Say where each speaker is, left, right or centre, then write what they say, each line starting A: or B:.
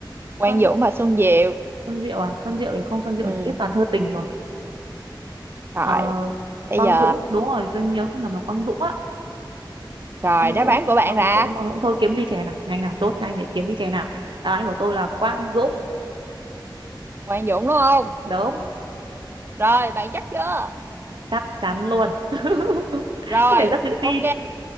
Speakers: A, on the right; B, on the right.
A: Quang
B: Quang
A: Dũng
B: Dũng
A: và Xuân Diệu.
B: Xuân Diệu à Xuân Diệu thì không Xuân Diệu
A: Ừ,
B: thì biết toàn thơ tình rồi
A: rồi.
B: ờ,
A: Bây
B: Quang
A: giờ...
B: Dũng đúng rồi tôi nhớ không nhầm là Quang Dũng á
A: Rồi,
B: Quang
A: đáp
B: Dũng
A: án của bạn
B: Quang
A: là
B: Dũng Quang Dũng thôi kiếm ly chè nào nhanh nào chốt nhanh để kiếm ly chè nào đáp án của tôi là Quang Dũng
A: Quang Dũng đúng không?
B: đúng
A: Rồi, bạn chắc chưa?
B: chắc chắn luôn <laughs>
A: Rồi,
B: có vẻ rất tự tin
A: ok.